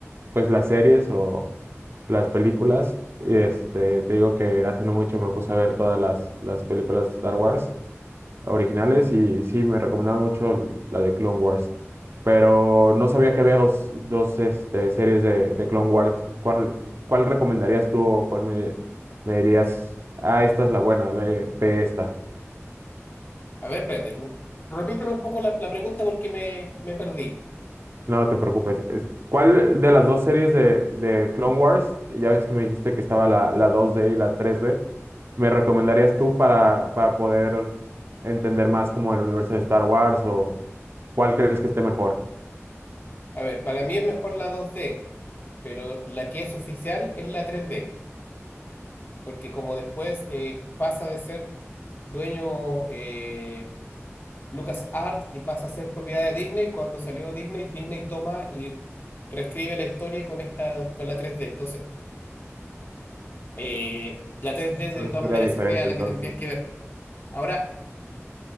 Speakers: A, on the right; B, on the left.
A: pues las series o las películas. Este, te digo que hace no mucho me puse a ver todas las, las películas de Star Wars originales y sí, me recomendaban mucho la de Clone Wars. Pero no sabía que había dos, dos este, series de, de Clone Wars. ¿Cuál, cuál recomendarías tú o cuál me, me dirías, ah, esta es la buena, ve, ve esta?
B: A ver, espérate. mm, Repíteme un poco la, la pregunta porque me, me perdí.
A: No te preocupes. Es- ¿Cuál de las dos series de, de Clone Wars, ya ves que me dijiste que estaba la, la 2D y la 3D, me recomendarías tú para, para poder entender más como el universo de Star Wars o cuál crees que esté mejor?
B: A ver, para mí es mejor la dos d pero la que es oficial es la tres d porque como después eh, pasa de ser dueño eh, LucasArts y pasa a ser propiedad de Disney, cuando salió Disney, Disney toma y reescribe la historia con esta, con la tres d Entonces, eh, la tres d de
A: Una
B: todas
A: historia
B: maneras
A: diferente
B: sería la
A: entonces.
B: que tendrías que ver. Ahora,